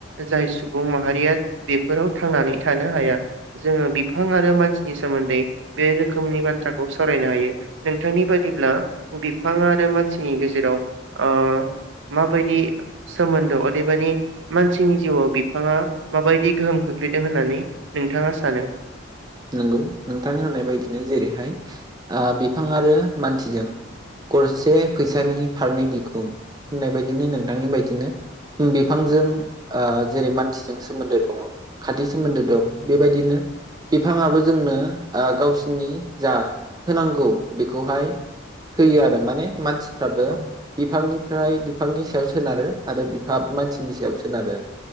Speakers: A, on the right; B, on the right.
A: जाय सुबुं माहारिया बेफोराव थांनानै थानो हाया जोङो बिफां आरो मानसिनि सोमोन्दै बे रोखोमनि बाथ्राखौ सावरायनो हायो नोंथांनि बादिब्ला बिफां आरो मानसिनि गेजेराव ओ माबायदि सोमोन्दो अदेबानि मानसिनि जिउआव बिफाङा माबायदि गोहोम खोख्लैदों होननानै नोंथाङा सानो
B: नंगौ नोंथां होननाय बायदिनो जेरैहाय आ बिफां आरो मानसिजों गरसे फैसानि फारनै बिखुं होननाय बदिनो नोंथांनि बायदिनो बिफांजों आ जेरै मानसिजों सोमोन्दो दङ खाथि सोमोन्दो दं बेबायदिनो बिफाङाबो‌ जोंनो आ गावसिरनि जा होनांगौ बेखौहाय होयो आरो माने मानसि फाबो
A: औ
B: बिफांनि बेनिफ्राय बिफांनि सायाव सोनारो आरो बिफा मानसिनि सायाव सोनारो